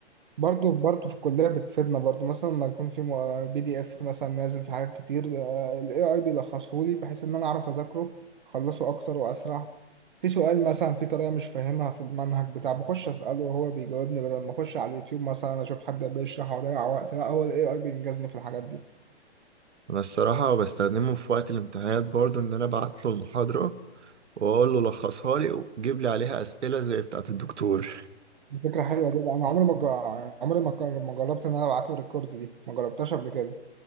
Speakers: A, on the right; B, on the right.
A: برضه برضه في الكليه بتفيدنا برضه مثلا لما يكون في بي دي اف مثلا نازل في حاجات كتير الاي اي بيلخصه لي بحيث ان انا اعرف اذاكره اخلصه اكتر واسرع في سؤال مثلا في طريقه مش فاهمها في المنهج بتاع بخش اساله وهو بيجاوبني بدل ما اخش على اليوتيوب مثلا اشوف حد بيشرح واضيع وقت لا هو الاي اي بينجزني في الحاجات دي
B: أنا الصراحة بستخدمه في وقت الامتحانات برضو إن أنا أبعت له المحاضرة وأقول له لخصها لي وجيب لي عليها أسئلة زي بتاعة الدكتور
A: دي فكره حلوه جدا انا عمري ما جا- عمري ما جر- ما جربت ان انا ابعت له الريكورد دي ما جربتهاش قبل كده